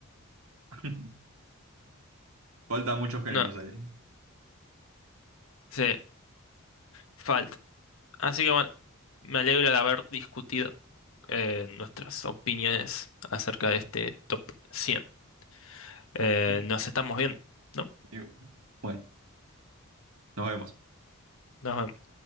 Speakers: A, on the right; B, on the left.
A: <laughs> Faltan muchos géneros
B: No,
A: ahí.
B: sí, falta. Así que bueno, me alegro de haber discutido eh, nuestras opiniones acerca de este top 100. eh,
A: <laughs>
B: nos estamos viendo, ¿no?
A: Y bueno, nos vemos.
B: Nos vemos.